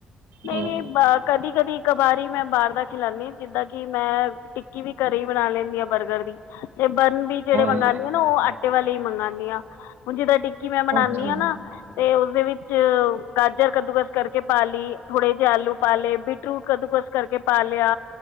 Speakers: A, on the left; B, on the right.
A: ਨਈ-ਨਈ
B: ਹਾਂ
A: ਬਸ ਕਦੀ-ਕਦੀ ਕਬਾਰੀ ਮੈ ਬਾਰ ਦਾ ਖਿਲਾਣੀ ਆ ਜਿੱਦਾਂ ਕਿ ਮੈਂ ਟਿੱਕੀ ਵੀ ਘੱਰੇ ਈ ਬਨਾ ਲੈਣੀ ਆ ਬਰਗਰ ਵੀ। ਤੇ ਬਨ ਵੀ ਜੇੜੇ
B: ਹਾਂ
A: ਮੰਗਾਨੀ ਆ ਨਾ, ਓ ਆਟੇ ਵਾਲੇ ਈ ਮੰਗਾਨੀ ਆ। ਹੁਣ ਜਿਦਾ ਟਿੱਕੀ ਮੈਂ ਬਣਾਨੀ
B: ਅੱਛਾ
A: ਆ ਨਾ ਤੇ ਓਸਦੇ ਵਿੱਚ ਗਾਜ ਜਰ ਕੱਦੂਕਸ ਕਰਕੇ ਪਾ ਲਈ, ਥੋੜੇ ਜੇ ਆਲੂ ਪਾ ਲਏ, ਬੀਟਰੂਟ ਕੱਦੂਕਸ ਕਰਕੇ ਪਾ ਲਿਆ।